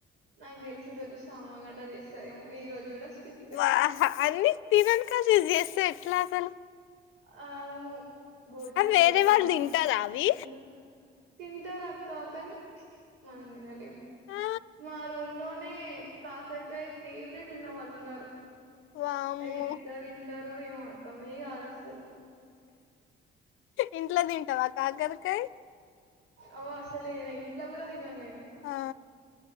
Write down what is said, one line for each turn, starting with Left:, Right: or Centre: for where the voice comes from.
Right: నాకు తెలిసి ఈరోోజు శ మ్మగడ్డ చేస్తారేమో ఈ రోజు కూడా స్కిప్పే
Left: వాహ అన్నీ తిననీ కయ్ చేస్తే ఎట్లా అసలు
Right: అవు ను గోర్
Left: అవి
Right: చికుడయా
Left: వేరే వాళ్ళు తింటారా అవి
Right: ఇంకా తింటారు అక్క కాని మనం తినలేం
Left: ఆ
Right: మా రూమ్ లోనే కాకరకాయ ఫేవరెట్ ఉన్న వాళ్ళు ఉన్నారు.
Left: వామ్మో
Right: అవి ఎట్లా థీమ్ టారో ఏమో అర్థమే కాదు అసలు.
Left: ఇంట్లో తింటావా కాకరకాయ
Right: అవా అసలే నే ఇంట్లో కూడా తినను నేను.
Left: ఆ